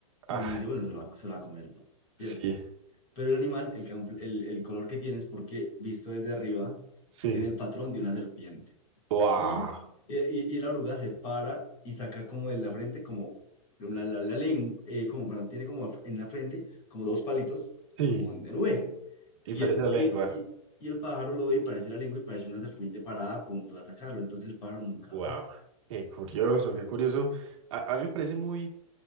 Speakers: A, on the right; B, on the left.
A: Ah,
B: Y uno dice, bueno, se lo va, se lo va a comer el pájaro, ¿cierto?
A: sí,
B: Pero el animal, el, camuf- el, el color que tiene es porque, visto desde arriba,
A: sí.
B: tiene el patrón de una serpiente.
A: Wow.
B: Y, eh, y, y la oruga se para y saca como de la frente, como una, la, la lengua, como, perdón, tiene como en la frente como dos palitos,
A: Sí,
B: como en, en V.
A: inferencia
B: Y el,
A: de lengua.
B: y, el, y, y el pájaro lo ve y parece la lengua y parece una serpiente parada a punto de atacarlo. Entonces el pájaro nunca
A: Wow.
B: ataca.
A: Qué curioso, qué curioso. A, a mí me parece muy,